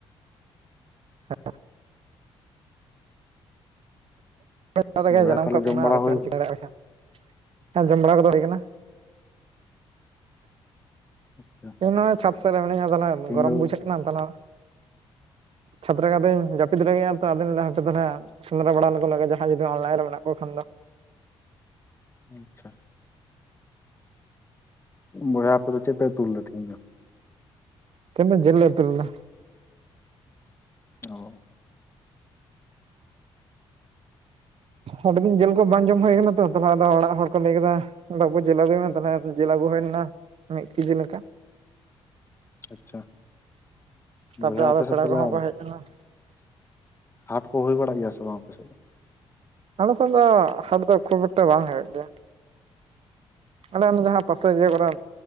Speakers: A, on the right; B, on the left.
A: <unintelligible> <unintelligible>
B: ᱵᱚᱭᱦᱟ
A: ᱡᱟᱱᱟᱢ
B: ᱛᱟᱦᱚᱞᱮ
A: ᱟᱠᱟᱫ
B: ᱡᱚᱢ
A: ᱵᱚᱱᱟ
B: ᱵᱟᱲᱟ
A: ᱟᱫᱚ ᱪᱮᱫ
B: ᱦᱩᱭ
A: ᱮᱢ ᱪᱤᱠᱟᱹ ᱫᱟᱲᱮᱭᱟᱜ-ᱟ ᱵᱚᱭᱦᱟ <unintelligible> ᱦᱮᱸ ᱡᱚᱢ ᱵᱟᱲᱟ ᱠᱚᱫᱚ ᱦᱩᱭ ᱟᱠᱟᱱᱟ
B: <unintelligible>
A: ᱱᱚᱜᱚᱭ ᱪᱷᱟᱛ ᱥᱮᱫ ᱨᱮ ᱢᱤᱱᱟᱹᱧᱟ ᱟᱫᱚ <unintelligible>
B: ᱛᱮᱦᱤᱧ
A: ᱜᱚᱨᱚᱢ
B: ᱫᱚ
A: ᱵᱩᱡᱷᱟᱹᱜ ᱠᱟᱱᱟ <unintelligible> ᱪᱷᱟᱛ ᱨᱮᱜᱮᱱ ᱟᱫᱚᱧ ᱡᱟᱹᱯᱤᱫ ᱞᱟᱜᱤᱫ-ᱟ ᱛᱚ ᱟᱫᱚᱧ ᱞᱟᱹᱭ ᱮᱫᱟ ᱦᱟᱯᱮ ᱛᱟᱦᱚᱞᱮ ᱥᱮᱸᱫᱽᱨᱟ ᱵᱟᱲᱟ ᱞᱮᱠᱚ ᱞᱮᱜᱮ ᱡᱟᱦᱟᱸᱭ ᱡᱩᱫᱤ ᱚᱱᱞᱟᱭᱤᱱ ᱨᱮ ᱢᱮᱱᱟᱜ ᱠᱚ ᱠᱷᱟᱱ ᱫᱚ
B: ᱟᱪᱪᱷᱟ ᱵᱚᱭᱦᱟ ᱟᱯᱮ ᱫᱚ ᱪᱮᱫ ᱯᱮ ᱩᱛᱩ ᱞᱮᱫᱟ ᱛᱤᱦᱤᱧ ᱫᱚ?
A: ᱛᱮᱦᱮᱧ ᱫᱚ ᱡᱮᱞ ᱞᱮ ᱩᱛᱩ ᱞᱮᱫᱟ᱾
B: ᱚ
A: ᱟᱹᱰᱤ ᱫᱤᱱ ᱡᱮᱞ ᱠᱚ ᱵᱟᱝ ᱡᱚᱢ ᱦᱳᱭ ᱟᱠᱟᱱᱟ ᱛᱚ ᱛᱟᱞᱦᱮ ᱟᱫᱚ ᱚᱲᱟᱜ ᱦᱚᱲ ᱠᱚ ᱞᱟᱹᱭ ᱮᱫᱟ ᱵᱟᱵᱩ ᱡᱮᱞ ᱟᱹᱜᱩᱭ ᱢᱮ ᱛᱟᱞᱦᱮ ᱟᱫᱚ ᱡᱮᱞ ᱟᱹᱜᱩ ᱦᱳᱭ ᱞᱮᱱᱟ ᱢᱤᱫ ᱠᱤᱡᱤ ᱞᱮᱠᱟ
B: ᱟᱪᱪᱷᱟ <unintelligible>
A: ᱛᱟᱯᱚᱨᱮ
B: ᱵᱚᱭᱦᱟ ᱟᱯᱮ
A: ᱟᱫᱚ
B: ᱥᱮᱫ
A: ᱯᱮᱲᱟ
B: ᱛᱟᱦᱞᱮ
A: <unintelligible>
B: ᱦᱟᱴ ᱠᱚ ᱦᱳᱭ ᱵᱟᱲᱟᱜ ᱜᱮᱭᱟ ᱥᱮ ᱵᱟᱝ ᱟᱯᱮ ᱥᱮᱫ ᱫᱚ
A: ᱟᱞᱮ ᱥᱮᱫ ᱫᱚ ᱦᱟᱴ ᱫᱚ ᱠᱷᱩᱵ ᱮᱠᱴᱟ ᱵᱟᱝ ᱦᱚᱭᱚᱜ ᱜᱮᱭᱟ ᱟᱞᱮ ᱚᱱᱟ ᱡᱟᱦᱟᱸ ᱯᱟᱥᱮ ᱤᱭᱟᱹ ᱠᱚᱨᱮ